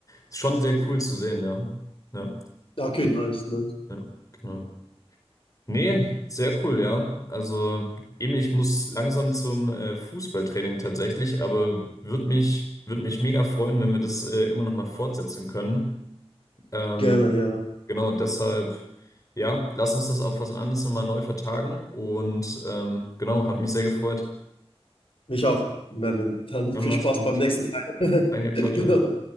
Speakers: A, on the left; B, on the left.
A: ist schon sehr cool zu sehen, ja. Ja,
B: Okay, nice, nice.
A: ja, genau. Nee, sehr cool, ja. Also eben, ich muss langsam zum äh, Fußballtraining tatsächlich, aber würde mich, würd mich mega freuen, wenn wir das äh, irgendwann nochmal fortsetzen können. Ähm,
B: Gerne, ja.
A: genau, deshalb, ja, lass uns das auf was anderes nochmal neu vertagen und ähm, genau, hat mich sehr gefreut.
B: Mich auch, Merlin. Dann
A: Dann
B: viel
A: mach's
B: Spaß
A: gut.
B: beim nächsten Fight.
A: Danke,
B: <laughs> Genau.
A: ciao, ciao.